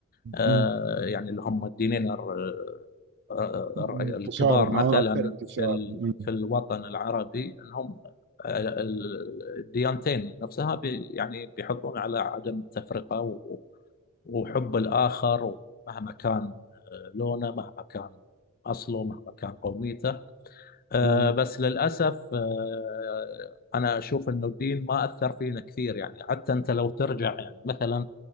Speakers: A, on the left (about 45°); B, on the right (about 50°).
A: أه
B: مم.
A: يعني اللي هم الدينين الر- الر-
B: مم.
A: الكبار
B: انتشارا
A: مثلا
B: او اكتر انتشارا
A: في ال-
B: مم.
A: في الوطن العربي انهم ال- ال- الديانتين نفسها بي يعني بيحطون على عدم التفرقه وحب الآخر مهما كان آه، لونه مهما كان أصله مهما كان قوميته آه،
B: تمام
A: بس للأسف آه، أنا أشوف أنه الدين ما أثر فينا كثير يعني حتى أنت لو ترجع يعني مثلا